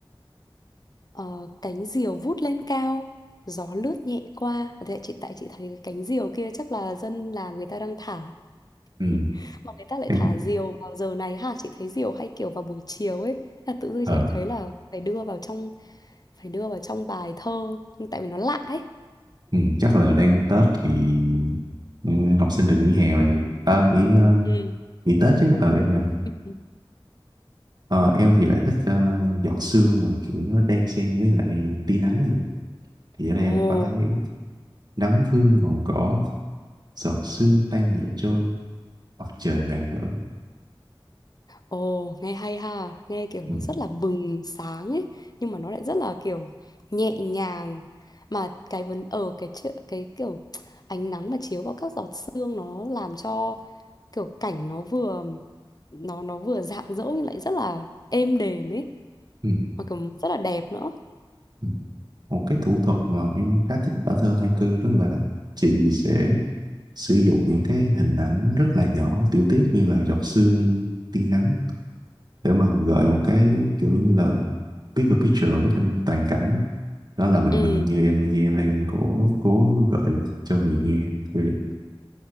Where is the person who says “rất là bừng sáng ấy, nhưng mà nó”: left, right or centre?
Left